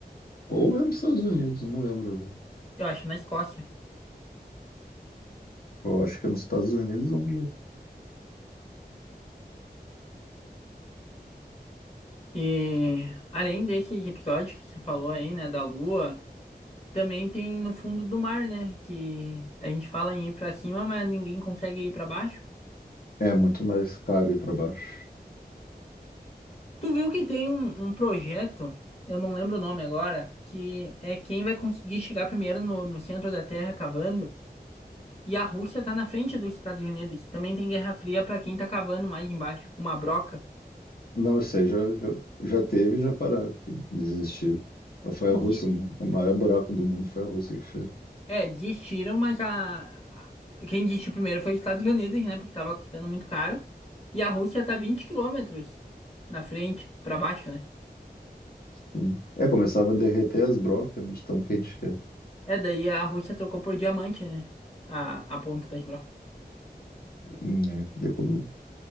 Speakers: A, on the left (about 65°); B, on the left (about 40°).
A: Ou é nos Estados Unidos, não lembro agora.
B: Eu acho na Escócia.
A: Eu acho que é nos Estados Unidos ou no Japão.
B: E além desses episódios que você falou aí, né, da Lua. Também tem no fundo do mar, né? Que a gente fala em ir pra cima, mas ninguém consegue ir pra baixo.
A: É muito mais caro ir para baixo.
B: Tu viu que tem um, um projeto, eu não lembro o nome agora, que é quem vai conseguir chegar primeiro no, no centro da Terra cavando. E a Rússia tá na frente dos Estados Unidos. Também tem Guerra Fria pra quem tá cavando mais embaixo, com uma broca.
A: Não, eu sei, já, já, já teve e já pararam, desistiram. Foi a Rússia,
B: Di-
A: né? o maior buraco do mundo foi a Rússia que fez.
B: é, diz tiram, mas a, a- quem disse primeiro foi os Estados Unidos, né? Porque tava custando muito caro. E a Rússia tá 20 quilômetros na frente, pra baixo, né?
A: Sim. É, começava a derreter as brocas, né, de tão quente que é.
B: É, daí a Rússia trocou por diamante, né? A, a ponta da broca.
A: Hum, é. Daí come-